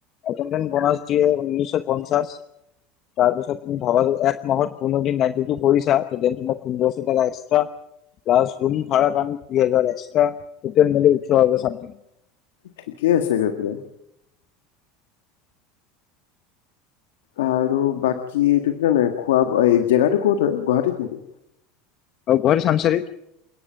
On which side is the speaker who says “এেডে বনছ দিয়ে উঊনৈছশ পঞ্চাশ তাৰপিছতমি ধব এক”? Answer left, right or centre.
Left